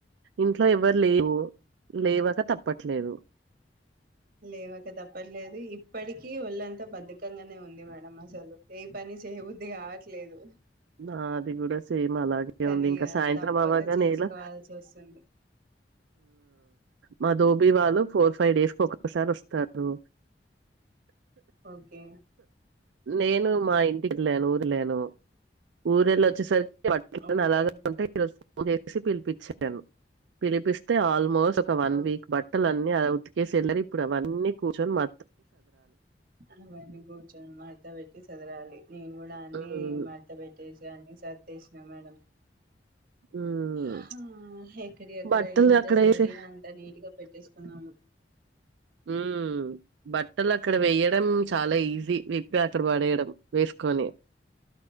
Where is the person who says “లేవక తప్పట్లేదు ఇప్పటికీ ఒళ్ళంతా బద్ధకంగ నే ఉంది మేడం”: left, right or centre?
Right